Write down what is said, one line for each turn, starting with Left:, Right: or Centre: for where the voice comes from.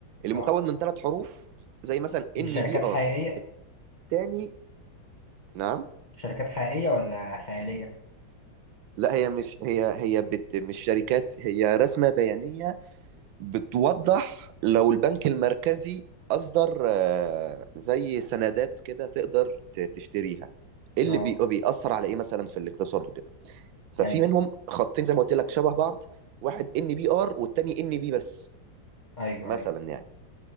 Right: اللي
Left: اه
Right: مكون من ثلاث حروف زي مثلا
Left: دي
Right: ان
Left: شركات
Right: بي ار
Left: حقيقية؟
Right: التاني نعم
Left: شركات حقيقية ولا خيالية؟
Right: لا هي مش هي هي بت مش شركات هي رسمة بيانية بتوضح لو البنك المركزي أصدر آه، زي سندات كده تقدر ت- تشتريها إيه
Left: اه
Right: اللي بي- بيأثر على إيه مثلا في الاقتصاد وكده ففي
Left: أيوه
Right: منهم خطين زي ما قلت لك شبه بعض واحد ان بي ار والتاني ان بي بس
Left: أيوه
Right: مثلا
Left: أيوه
Right: يعني